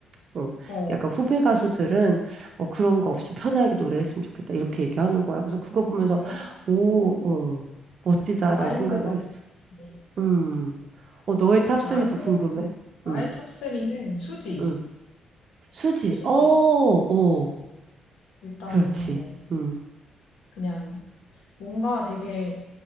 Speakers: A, on the right; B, on the left.
A: 어,
B: 어.
A: 약간 후배 가수들은 어, 그런 거 없이 편하게 노래했으면 좋겠다. 이렇게 얘기하는 거야. 그래서 그거 보면서
B: 되게
A: 오, 어, 멋지다라는
B: 마인드가
A: 생각을 했어.
B: 네.
A: 음. 어, 너의 탑리도
B: 나는
A: 궁금해.
B: 나의
A: 응,
B: 탑 3는 수지,
A: 응. 수지.
B: 수지야.
A: 어, 어.
B: 일단은
A: 그렇지.
B: 뭐
A: 응,
B: 그냥 뭔가 되게